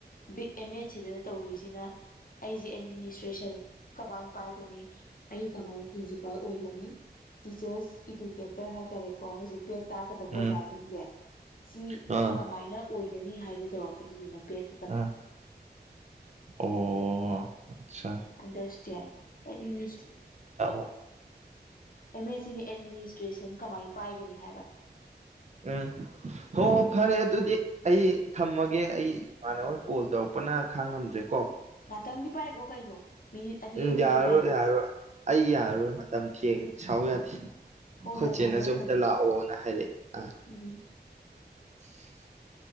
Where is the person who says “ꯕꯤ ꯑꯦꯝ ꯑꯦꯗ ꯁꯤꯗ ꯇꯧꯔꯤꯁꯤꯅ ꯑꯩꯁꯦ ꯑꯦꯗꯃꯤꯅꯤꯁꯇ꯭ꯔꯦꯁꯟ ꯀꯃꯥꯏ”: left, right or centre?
Left